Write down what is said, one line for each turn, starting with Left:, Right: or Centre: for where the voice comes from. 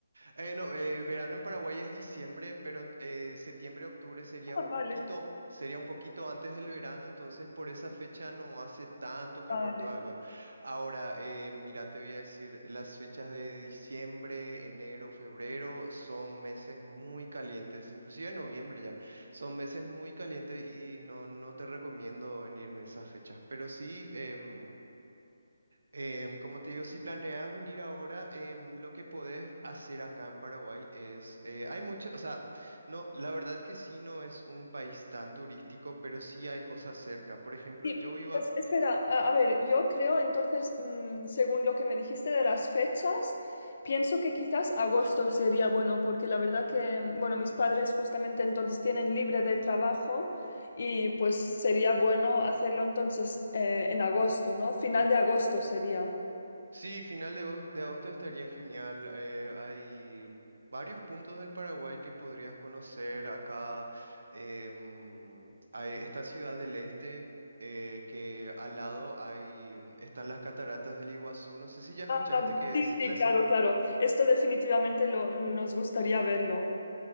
Right: Eh, no, eh, verano en Paraguay es diciembre, pero eh, septiembre, octubre sería
Left: Ah,
Right: un
Left: vale.
Right: poquito, sería un poquito antes del verano, entonces por esa fecha no hace tanto calor
Left: Vale.
Right: todavía. Ahora, eh, mira, te voy a decir, las fechas de diciembre, enero, febrero son meses muy calientes, inclusive noviembre ya, son meses muy calientes y no, no te recomiendo venir en esas fechas, pero sí... em, Em, como te digo, si planeas venir ahora, em, lo que podés hacer acá en Paraguay es, eh, hay mucho, o sea, no, la verdad que sí no es un país tan turístico, pero sí hay cosas cerca. Por ejemplo,
Left: sí
Right: yo vivo
Left: pues,
Right: acá,
Left: espera, a, a ver, yo creo entonces, mm, según lo que me dijiste de las fechas, pienso que quizás agosto sería bueno, porque la verdad que, mm, bueno, mis padres justamente entonces tienen libre de trabajo y pues sería bueno hacerlo entonces eh, en agosto, ¿no? Final de agosto sería.
Right: sí, final de, agos- de agosto estaría genial. eh, hay varios puntos del Paraguay que podrías conocer acá. em, hay esta ciudad del este. eh, que al lado hay, mm, están las cataratas del Iguazú. No sé si ya escuchaste
Left: Ah,
Right: que
Left: sí,
Right: es
Left: sí,
Right: la
Left: claro, claro. Esto definitivamente lo, nos gustaría verlo.